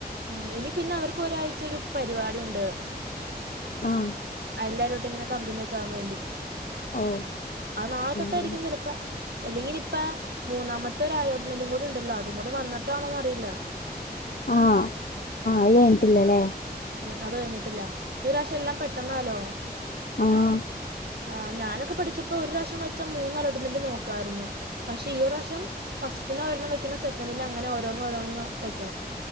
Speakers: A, on the right; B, on the left.
A: ഉം ഇനി പിന്നെ അവർക്ക് ഒരാഴ്ച ഒരു പരിപാടിഉണ്ട്
B: ആഹ്
A: എല്ലാരേട്ടും ഇങ്ങനെ കമ്പിനോക്കെ ആകാൻ വേണ്ടി
B: ഓ
A: ആഹ് നാളെ
B: അങ്ങനെയാണല്ലേ.
A: തൊട്ടായിരിക്കും ചിലപ്പോ അല്ലെങ്കിൽ ഇപ്പൊ മൂന്നാമത്തെ ഒരു അലോട്ട്മെന്റും കൂടെ ഉണ്ടല്ലോ അതും കൂടെ വന്നിട്ടാണോന്ന് അറിയില്ല
B: ആഹ്
A: ആഹ്
B: അത് കഴിഞ്ഞിട്ടില്ലല്ലേ
A: ഉം അത് കഴിഞ്ഞട്ടില്ല ഈ പ്രാവശ്യം എല്ലാം പെട്ടെന്നാലോ
B: ആഹ്
A: ആഹ് ഞാനൊക്കെ പഠിച്ചപ്പോ ഒരുറാശ്യം വെച്ചാ മൂന്ന് അലോട്ട്മെന്റ് നോക്കാരുന്നു പക്ഷെ ഈ ഒരുറാശ്യം ഫസ്റ്റിനൊരെണ്ണം വെക്കണം സെക്കൻഡിനു അങ്ങനെ ഓരോന്ന് ഓരോന്ന് വെക്കണം